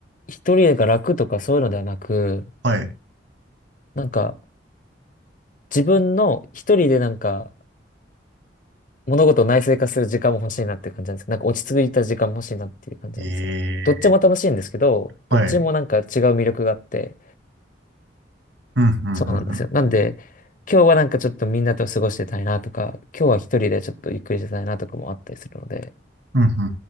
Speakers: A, on the left; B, on the right.
A: 一人が楽とかそういうのではなく、
B: はい。
A: なんか自分の一人でなんか物事を内省化する時間も欲しいなっていう感じなんですけど、なんか落ち着いた時間も欲しいなっていう感じなんですよね。
B: ええ
A: どっちも楽しいんですけど、
B: はい。
A: どっちもなんか違う魅力があって、
B: うん、うん、
A: そうなんですよ。
B: うん、うん。
A: なんで、今日はなんかちょっとみんなと過ごしてたいなとか、今日は一人でちょっとゆっくりしてたいなとかもあったりするので、
B: うん、うん、うん